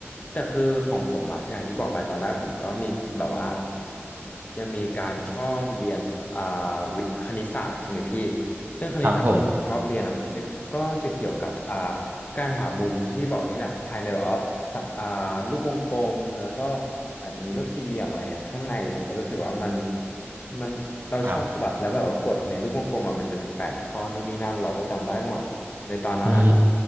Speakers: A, on the left; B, on the right.
A: แต่คือของผมอะอย่างที่บอกไปตอนแรกผมก็มีแบบว่ายังมีการชอบเรียนภาอ่าวิคณิตศาสตร์ใช่ไหมพี่ซึ่งคณิตศาสตร์ที่ผมชอบเรียนอะมันจะก็จะเกี่ยวกับอ่า
B: ครับผม
A: การหามุมที่พี่บอกนี่แหละภายในแบบว่าสะอ่ารูปวงกลมแล้วก็อาจจะมีรูปสี่เหลี่ยมอะไรอะข้างในผมก็รู้สึกว่ามันมันเราชอบแบบแล้วแบบว่ากดในรูปวงกลมอะมันจะมีแปดข้อนู่นนี่นั่นเราก็จำได้หมดในตอนนั้นนะครับ
B: ครับอืม